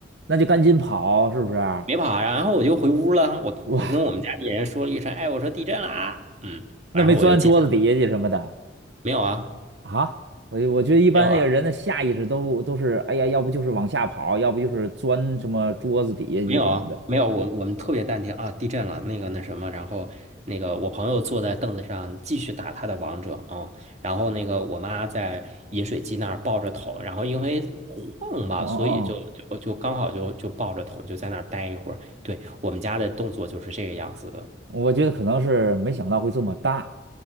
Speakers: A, on the right; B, on the right.
A: 那就赶紧跑，是不是啊？
B: 别跑啊，然后我就回屋了，我我跟我们家里人说了一声，
A: 哇，
B: 哎，我说地震了啊，嗯，
A: 那没钻桌子底下去什么的
B: 然后我就进来了，没有啊，
A: 啊？我就我觉得一般那个人的下意识都都是，
B: 没有啊。
A: 哎呀，要不就是往下跑，要不就是钻什么桌子底下去什么的。
B: 没有啊，没有，我我们特别淡定啊，地震了，那个那什么，然后那个我朋友坐在凳子上继续打他的王者啊，然后那个我妈在饮水机那儿抱着桶，然后因为晃吧，
A: 哦哦
B: 所以就就就刚好就就抱着桶就在那儿待一会儿。对，我们家的动作就是这个样子的，
A: 哦，我觉得可能是没想到会这么大，